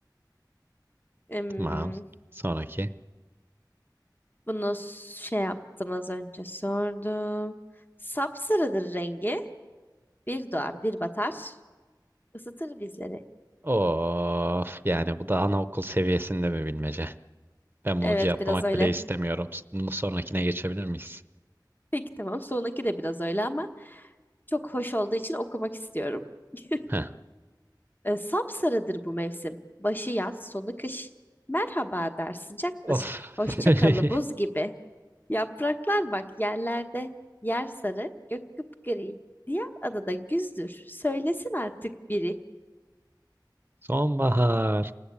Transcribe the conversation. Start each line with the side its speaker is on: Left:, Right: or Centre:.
Left: Em,
Right: Tamam. Sonraki.
Left: bunu s- şey yaptım az önce sordum. Sapsarıdır rengi. Bir doğar, bir batar. Isıtır bizleri.
Right: Of yani bu da anaokul seviyesinde bir bilmece. Ben
Left: Evet,
Right: bunu cevaplamak
Left: biraz öyle.
Right: bile istemiyorum. S- Sonrakine geçebilir miyiz?
Left: Peki tamam. Sonraki de biraz öyle ama çok hoş olduğu için okumak istiyorum. <laughs>
Right: Heh.
Left: E, sapsarıdır bu mevsim. Başı yaz, sonu kış. Merhaba der, sıcaktır.
Right: Of.
Left: Hoşça
Right: <laughs>
Left: kalı buz gibi. Yapraklar bak yerlerde yer sarı, gök kıpgri. Diğer adada güzdür. Söylesin artık biri.
Right: Sonbahar.